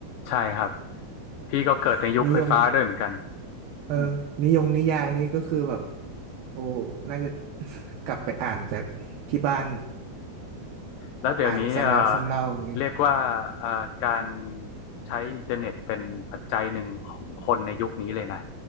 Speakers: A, on the left; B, on the right.
A: ใช่ครับพี่ก็เกิดในยุคไฟฟ้าด้วยเหมือนกัน
B: <laughs> นิยมเออนิยงนิยายนี่ก็คือแบบ
A: อืม
B: โอ้น่าจะ <laughs> กลับไปอ่านจากที่บ้าน
A: แล้วเดี๋ยวนี้เอ่อ
B: อ่านซ้ำแล้วซ้ำเล่าอย่างเงี้ย
A: เรียกว่าเอ่อการใช้อินเทอร์เน็ตเป็นปัจจัยหนึ่งของคนในยุคนี้เลยนะ